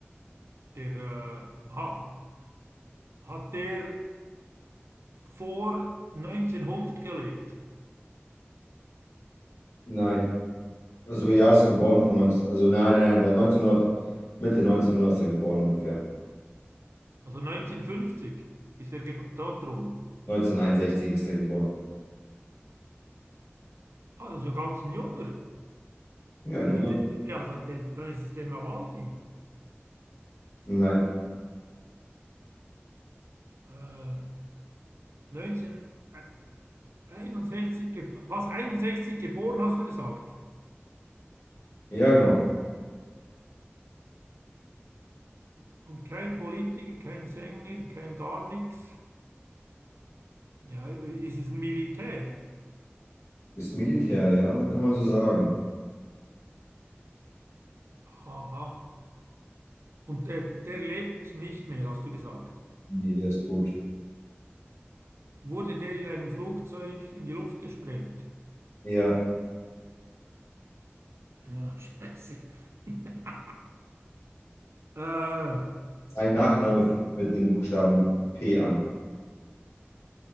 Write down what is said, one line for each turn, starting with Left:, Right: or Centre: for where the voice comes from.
Right: Der, äh, aha, hat der vor neunzehnhundert gelebt?
Left: nein. Also ja, ist geboren von 19, also nein, nein, nein, der hat 1900, Mitte neunzehnhundert ist er geboren ungefähr.
Right: Also 1950 ist er gebo- dort rum.
Left: 1961 ist er geboren.
Right: Ah, das ist ja ganz ein Junger.
Left: Ja, ein
Right: Äh,
Left: Junge.
Right: de, ja, dann, de, dann ist es der Nawalny.
Left: Nein,
Right: Äh, 1961, ge- was, 61 geboren, hast du gesagt?
Left: ja, genau.
Right: Und kein Politiker, kein Sänger, kein gar nichts. Ja, ist es ein Militär?
Left: Ist Militär, ja, kann man so sagen.
Right: Aha. Und der, der lebt nicht mehr, hast du gesagt.
Left: Nee, der ist tot.
Right: Wurde der in einem Flugzeug in die Luft gesprengt?
Left: Ja,
Right: Ja, <laughs> scheiße. <laughs> Äh,
Left: sein Nachname
Right: ja,
Left: fängt mit dem Buchstaben P an.